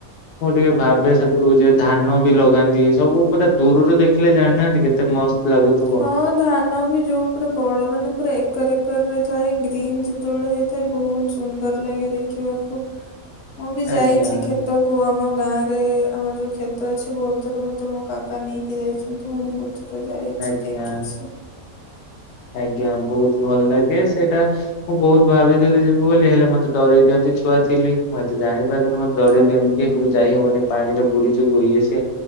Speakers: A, on the left; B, on the left.
A: ମୁଁ ଟିକେ ଭାବେ ସେପଟକୁ ଯ ଧାନ ବି ଲଗାନ୍ତି। ସବୁ ପୁରା ଦୂରରୁ ଦେଖିଲେ ଜାଣିନାହାନ୍ତି କେତେ ଏତେ ମସ୍ତ ଲାଗୁଥିବ।
B: ହଁ ଧାନ ବି ଯୋଉ ପୁରା ବଡ ମାନେ ପୁରା ଏକର ଏକର ରେ ଥାଏ ଗ୍ରୀନ ଯେତେବେଳେ ହେଇଥାଏ ବହୁତ ସୁନ୍ଦର ଲାଗେ ଦେଖିବାକୁ ମୁଁ ବି ଯାଇଛି
A: ଆଜ୍ଞା
B: କେ କ୍ଷେତକୁ ଆମ ଗାଁ ରେ ଆମର ଯୋଉ କ୍ଷେତ ଅଛି ବହୁତ ଥର ମେ ମୋ କାକା ନେଇକି ଯାଇଛନ୍ତି। ମୁଁ ବହୁତ ଥର ଯାଇଛି
A: ଆଜ୍ଞା।
B: ଦେଖିଛି।
A: ଆଜ୍ଞା ବହୁତ ଭଲ ଲାଗେ ସେଇଟା ମୁଁ ବହୁତ ଭାବିଥିଲି ଯିବି ବୋଲି ହେଲେ ମତେ ଡରଇ ଦିଅନ୍ତି। ଛୁଆଥିଲି ମୁଁ ଏତେ ଜାଣିପାରିନି ମତେ ଡରେଇ
B: ହଁ
A: ଦିଅନ୍ତି କି ଯାଇ ହବନି ପାଣିର ବୁଡି ଯିବୁ ଇଏ ସେ।